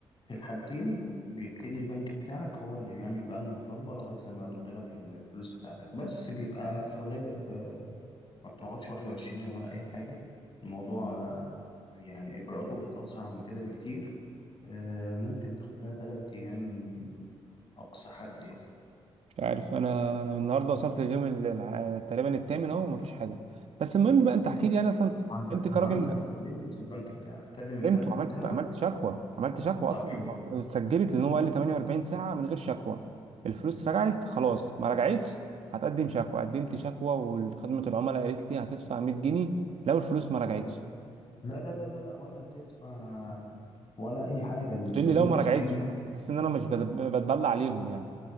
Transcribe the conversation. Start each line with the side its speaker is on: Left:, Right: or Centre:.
Left: في الحالتين بيبتدي البنك بتاعك هو اللي بيعمل بقى المطالبة لغاية لما يرد لك الفلوس بتاعتك بس بيبقى في الغالب آه، ما بتقعدش 21 يوم ولا أي حاجة الموضوع آه، يعني إجراءاته بقت أسرع من كده بكتير آه، ممكن تاخد لها تلات أيام أقصى حد يعني
Right: مش عارف انا انا النهارده وصلت لليوم ال- الع- تقريبا الثامن اهو مفيش حاجه بس المهم
Left: لا
Right: بقى انت احكي
Left: كلم
Right: لي انا اصلا
Left: ما أنت
Right: انت كراجل
Left: ما أنت ما كلمتش البنك بتاعك كلم البنك
Right: قمت وعملت
Left: بتاعك
Right: عملت شكوى عملت شكوى اصلا
Left: طب حلو
Right: سجلت لان هو قال لي 48 ساعه من غير شكوى الفلوس رجعت خلاص ما رجعتش هتقدم شكوى قدمت شكوى وخدمه العملاء قالت لي هتدفع 100 جنيه لو الفلوس ما رجعتش
Left: لا لا لا لا لا ولا هتدفع ولا أي حاجة المفروض
Right: قلت لي لو
Left: ما
Right: ما
Left: فيش
Right: رجعتش
Left: أي
Right: حاسس ان انا مش بد- بتبلع عليهم يعني